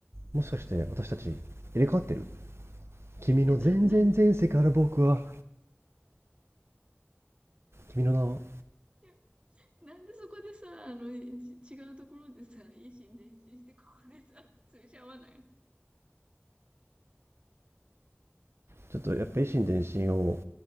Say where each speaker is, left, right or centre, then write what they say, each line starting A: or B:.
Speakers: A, on the right; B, on the right.
A: もしかして私たち入れ替わってる君の全然前世から僕は
B: え、な、なん、<laughs> い
A: 君の名を
B: やなんでそこでさ、あの、じ違うところでさ、維新伝心して、ここでさ、通じ合わないの。
A: ちょっとやっぱ維新伝心を